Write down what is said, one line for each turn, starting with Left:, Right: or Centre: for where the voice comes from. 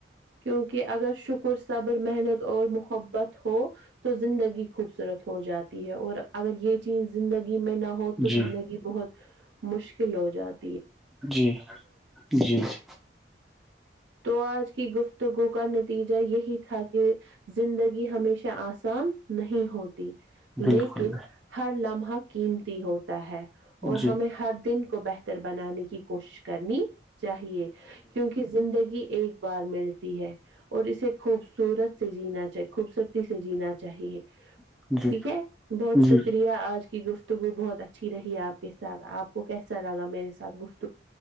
Right: کیونکہ اگر شکر صبر محنت اور محبت ہو تو زندگی خوبصورت ہو جاتی ہے اور اگر یہ چیز زندگی میں نہ ہو تو
Centre: جی
Right: زندگی بہت مشکل ہو جاتا
Centre: جی جی <inaudible> <inaudible>
Right: تو آج کی گفتگو کا نتیجہ یہی تھا کہ زندگی ہمیشہ آسان نہیں ہوتی
Centre: بالکل
Right: لیکن ہر لمحہ قیمتی ہوتا ہے اور
Centre: جی
Right: ہمیں ہر دن کو بہتر بنانے کی کوشش کرنی <inaudible> چاہیے کیونکہ زندگی <inaudible> ایک بار ملتی ہے اور اسے خوبصورت سے جینا چاہے خوبصورتی سے جینا <unintelligible> چاہیے
Centre: بالکل جی
Right: ٹھیک ہے بہت
Centre: جی
Right: شکریہ آج کی گفت <unintelligible> تو وہ بہت اچھی رہی آپ کے ساتھ آپ کو کیسا لگا میرے ساتھ گفت <unintelligible>